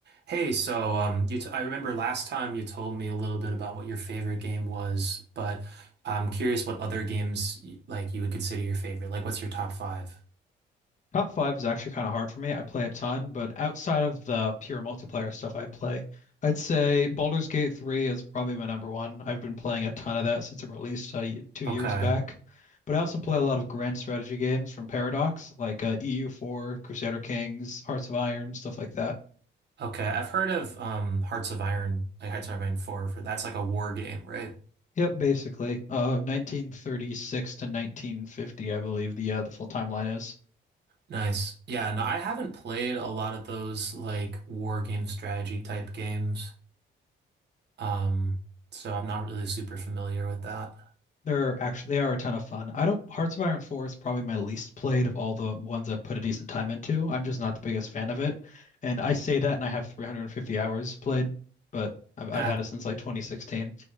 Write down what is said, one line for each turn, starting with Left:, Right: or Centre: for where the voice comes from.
Right: Hey, so um, you t I remember last time you told me a little bit about what your favorite game was, but I'm curious what other games y- like you would consider your favorite. Like, what's your top five?
Left: Top five is actually kind of hard for me. I play a ton, but outside of the pure multiplayer stuff I play, I'd say Baldur's Gate 3 is probably my number one. I've been playing a ton of that since it released uh, y- two years
Right: Okay,
Left: back. But I also play a lot of grand strategy games from Paradox, like uh, EU4, Crusader Kings, Hearts of Iron, stuff like that.
Right: okay. I've heard of um, Hearts of Iron, like Hearts of Iron 4, for that's like a war game, right?
Left: Yep, basically. Uh, 1936 to 1950, I believe the uh, the full timeline is.
Right: Nice. Yeah, no, I haven't played a lot of those like war game strategy type games, um, so I'm not really super familiar with that. <laughs>
Left: They're actually they are a ton of fun. I don't Hearts of Iron 4 is probably my least played of all the ones I've put a decent time into. I'm just not the biggest fan of it. And I say that and I have 350 hours played, but I've I've
Right: Ha,
Left: had it since like 2016.